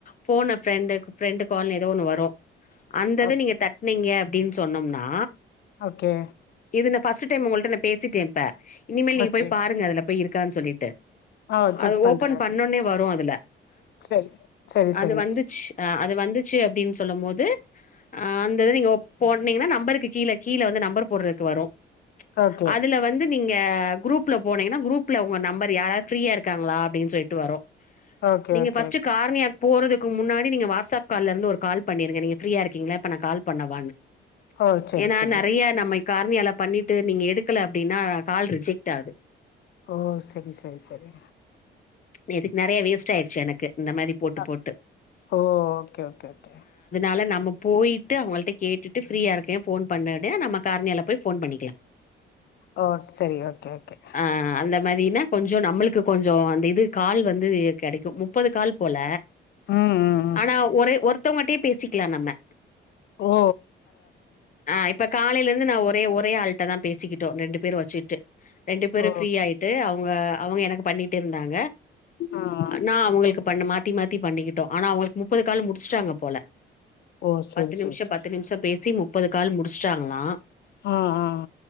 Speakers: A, on the left; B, on the left.
A: போன ஃப்ரெண்டு ஃப்ரெண்டு கால்னு ஏதோ ஒன்னு வரு அந்த இத
B: ஓகே
A: நீங்க தட்னீங்க அப்டின்னு சொன்னோம்னா
B: ஓகே
A: இது நா ஃபஸ்ட்டு டைம் உங்கள்ட்ட நா பேசிட்டே இப்ப இனிமேல் நீங்க
B: ஓகே
A: போய் பாருங்க அதுல போய் இருக்கான் சொல்லிட்டு
B: ஓ செக்
A: அது
B: பண்றே
A: ஓபன் பண்ணனே வரு அதுல
B: சரி சரி
A: அது
B: சரி
A: வந்துச்சு ஆ அது வந்துச்சு அப்டின்னு சொல்லம் போது ஆ அந்த இது நீங்க போட்னீங்கன்னா நம்பருக்கு கீழ கீழ வந்து நம்பர் போட்றக்கு வரு
B: ஓகே
A: அதுல வந்து நீங்க குரூப்ல போனீங்கன்னா குரூப்ல உங்க நம்பர் யார் யார் ஃப்ரீயா இருக்காங்களா அப்டின்னு சொல்லிட்டு வரு
B: ஓகே
A: நீங்க
B: ஓகே
A: ஃபஸ்ட்டு
B: ஓகே
A: கார்ணியாக் போறதுக்கு முன்னாடி நீங்க வாட்ஸ்அப் கால்ல இருந்து ஒரு கால் பண்ணிருங்க நீ ஃப்ரீயா இருக்கீங்களா இப்ப நா கால் பண்ணவானு
B: ஓ சரி
A: ஏன்னா
B: சரி
A: நெறைய நம்ம கார்ணியால பண்ணிட்டு நீங்க எடுக்கல அப்டின்னா கால் ரிஜெக்ட் ஆது
B: ஓ செரி செரி செரி
A: நேத்திக்கு நெறைய வேஸ்ட் ஆயிடுச்சு எனக்கு இந்த மாரி போட்டு
B: அ
A: போட்டு
B: ஓ ஓகே ஓகே ஓகே ஓகே
A: அல்ல நம்ம போயிட்டு அவங்கள்ட கேட்டு ஃப்ரீயா இருக்கே போன் பண்ணே நம்ம கார்ணியால போய் போன் பண்ணிக்கலா
B: ஓ செரி ஓகே ஓகே
A: ஆ அந்த மாரினா கொஞ்சோ நம்மளுக்கு கொஞ்சோ அந்த இது கால் வந்து கெடைக்கு முப்பது கால் போல
B: ம் ம் ம்
A: ஆனா ஒரே ஒருத் மத்தவங்கிட்டே பேசிக்கலா நம்ம
B: ஓ
A: ஆ இப்ப காலையில இருந்து நா ஒரே ஒரே ஆள்ட்ட தா பேசிக்கிட்டோ ரெண்டு பேரு வெச்சுகிட்டு ரெண்டு பேரு
B: ஓ
A: ஃப்ரீ ஆயிட்டு அவங்க அவங்க எனக்கு பண்ணிட்டு இருந்தாங்க
B: ஆ ஆ
A: நா அவங்களுக்கு பண்ண மாத்தி மாத்தி பண்ணிக்கிட்டோ ஆனா அவங்களுக்கு முப்பது கால் முடிச்சுட்டாங்க போல
B: ஓ சரி
A: பத்து நிமிஷ
B: சரி சரி
A: பத்து நிமிஷ பேசி முப்பது கால் முடிச்சிட்டாங்களா
B: ஆ ஆ